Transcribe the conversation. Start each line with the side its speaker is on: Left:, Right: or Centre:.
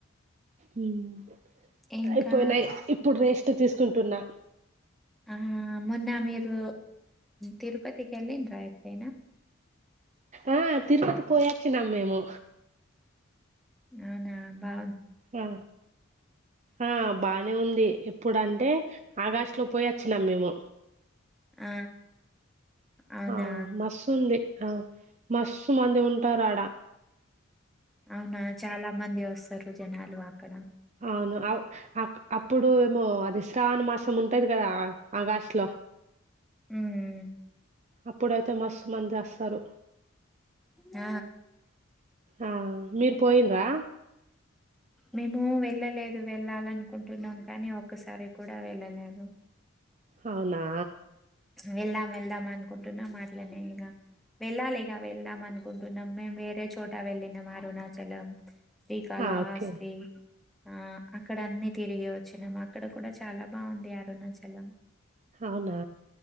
Right: మ్మ్
Centre: ఇంకా
Right: అయిపోయినయ్ ఇప్పుడు రెస్ట్ తీసుకుంటున్నా
Centre: ఆ మొన్న మీరు తిరుపతికి వెళ్లిండ్రా అయితే
Right: ఆ తరుపతి పోయాచ్చినం మేము
Centre: అవునా బా
Right: ఆ ఆ బానే ఉంది ఎప్పుడంటే ఆగష్టు లో పోయి అచ్చినాం మేము
Centre: ఆ అవునా
Right: ఆ మస్తుంది ఆ మస్ మంది ఉంటారు అడా
Centre: అవునా చాలా మంది వస్తరు జనాలు అక్కడ
Right: అవును అవ్ అప్పుడు ఏమో సావన్ మాసం ఉంటది కదా ఆగాస్టు లో
Centre: ఉమ్
Right: అప్పుడు అంత మస్తు మంది చేస్తారు
Centre: ఆ
Right: ఆ మీరు పోయిండ్రా
Centre: మేము వెళ్ళలేదు వెళ్ళాలనుకుంటున్నాం కానీ ఒక్కసారి కూడా వెళ్ళలేదు
Right: అవునా
Centre: వెళ్దాం వెళ్దాం అనుకుంటున్నా మాట్లనే ఇక వెళ్ళాలి ఇక వెళ్దాం అనుకుంటున్నాం మేము వేరే చోట వెళ్ళినం అరుణాచలం శ్రీకాళ
Right: ఆ ఓకే
Centre: హస్తి ఆ అక్కడ అన్నిీ తిరిగి వచ్చినాము అక్కడ కూడా చాలా బాగుంది అరుణాచలం
Right: అవునా